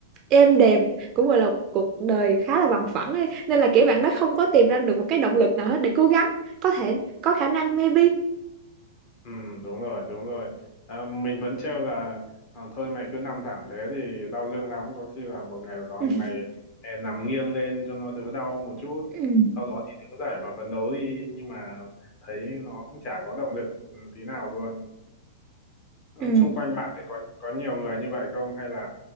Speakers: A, on the right; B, on the left.
A: êm đềm, cũng gọi là cuộc đời khá là bằng phẳng ấy. Nên là kiểu bạn đó không có tìm ra được một cái động lực nào hết để cố gắng, có thể có khả năng maybe.
B: Ừ, đúng rồi, đúng rồi. À, mình vẫn trêu là à, thôi mày cứ nằm thẳng thế thì đau lưng lắm. Có khi là một ngày nào đó
A: <laughs>
B: thì mày eh, nằm nghiêng lên cho nó đỡ đau một chút.
A: Ừ.
B: Sau đó thì đứng dậy mà phấn đấu đi. Nhưng mà thấy nó cũng chả có động lực ừ, tí nào luôn. Ừ,
A: Ừ.
B: Xung quanh bạn thì có có nhiều người như vậy không? Hay là